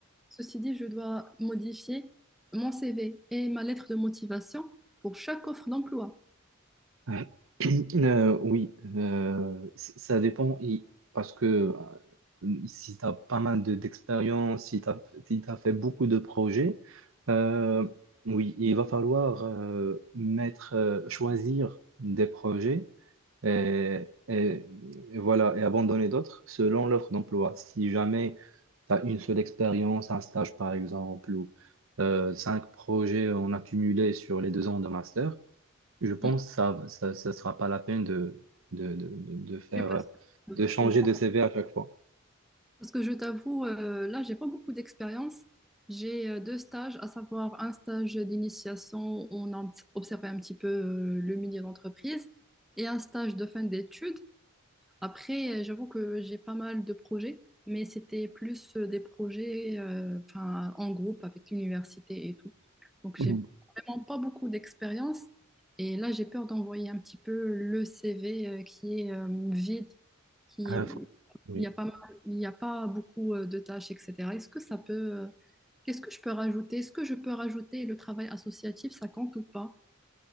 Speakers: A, in the centre; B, on the right.
A: Ceci dit, je dois modifier mon CV et ma lettre de motivation pour chaque offre d'emploi.
B: Euh, <clears throat> euh, oui, euh, c- ça dépend. il- Parce que euh, si tu as pas mal de- d'expérience, si tu as, si t'as fait beaucoup de projets, euh, oui, il va falloir euh, mettre, euh, choisir des projets et, et- et voilà, et abandonner d'autres selon l'offre d'emploi. Si jamais tu as une seule expérience, un stage par exemple, ou euh, cinq projets en accumulé sur les deux ans de master, je pense
A: Mm.
B: que ça, ça, ça sera pas la peine de, de, de, de de faire,
A: Et Parce que euh,
B: de changer
A: je,
B: de CV à chaque fois.
A: parce que je t'avoue, euh, là, j'ai pas beaucoup d'expérience. J'ai euh, deux stages, à savoir un stage d'initiation où on a observé un petit peu euh, le milieu d'entreprise et un stage de fin d'études. Après, euh, j'avoue que j'ai pas mal de projets, mais c'était plus euh, des projets euh, enfin, en groupe avec l'université et tout. Donc, j'ai
B: Mhm.
A: vraiment pas beaucoup d'expérience. Et là, j'ai peur d'envoyer un petit peu le CV euh, qui est euh, vide, qui
B: Euh,
A: est-
B: faut- oui,
A: il n'y a pas mal- il y a pas beaucoup euh, de tâches, etc. Est-ce que ça peut, euh, qu'est-ce que je peux rajouter? Est-ce que je peux rajouter le travail associatif, ça compte ou pas?